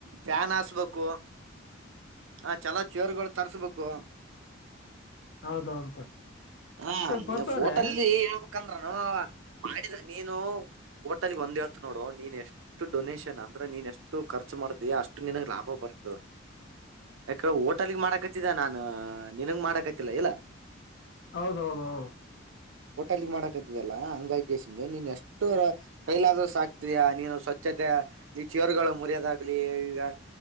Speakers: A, on the right; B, on the left.
A: ಫ್ಯಾನ್ ಹಸ್ಬೇಕು ಹಾ ಚಲೋ ಚೇರ್ಗಳು ತರ್ಸ್ಬೇಕು
B: ಹೌದು ಪರ್ಸ್
A: ಹಾ
B: ಏ ಪರ್ಸ್ ಅವ್ರೆ
A: ಫೋಟಲ್ಲಿ ಹೇಳ್ಬ ಅಕಂದ್ರನು ಅವ ಮಾಡಿದ ನೀನು ಹೋಟಲ್ಗ್ ಒಂದ್ ಹಳ್ತ ನೋಡು ನೀನ್ ಎಷ್ಟು ಡೊನಷನ್ ಅಂದ್ರೆ ನೀನ್ ಎಷ್ಟು ಖರ್ಚ ಮಾಡತೀಿ ಅಷ್ಟು ನಿಿನಗ್ ಲಾಭ ಬರ್ತ ಯಾಕ ಹೋಟಲ್ಗ್ ಮಾಡಕತ್ತಿದ ನಾನ ನಿನಗ್ ಮಾಡಕತ್ತಲ್ಲ ಇಲ್ಲ
B: ಹೌದೌದ ಹೌದು
A: ಲ್ಲಿ ಮಾಡಕತ್ತಿದಲ್ಲ ಅಂಗಗಸಂದು ನೀನ್ ಎಷ್ಟು ಕೈಲಾದ್ರ ಆಕ್ತಯಾ ನೀನು ಸ್ವಚ್ಛತೆ ನೀ ಚವರುಗಳು ಮುರಿಯೋದಾಗ್ಲಿ ಈಗ